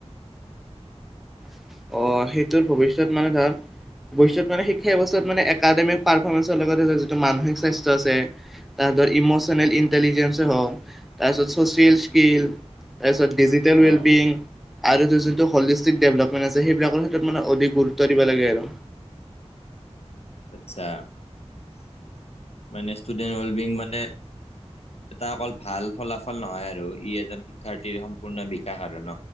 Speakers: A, in the centre; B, on the left.
A: অহ সেইটোৰ ভৱিষ্যত মানে ধাৰ। অৱশ্যত মানে শিক্ষা ব্যয়ৱস্থাত মানে একাডেমিক পাৰফমেঞ্চৰ লগতে যিটো মানসিক স্বাস্থ্য আছে তাত। ইমচনেল ইন্টেলিজেনচ হওক তাৰপিছত চিয়েল স্কীল তাৰপিছত। ডিজিটেল ৱেলবিং
B: অ',
A: আৰু যোনটো হলিষ্টিক দেভেলপ। মানে আছে সেইবিলাকৰ ক্ষেত্ৰত মানে অধিক গুৰুত্ব দিব লাগে আৰু।
B: আচ্ছা মানে ষ্টুডেণ্ট ৱেল বিং মানে। এটা অকল ভাল ফলাফল নহয় আৰু ই এজন শিক্ষাৰ্থীৰ সম্পূৰ্ণ বিকাশ আৰু ন?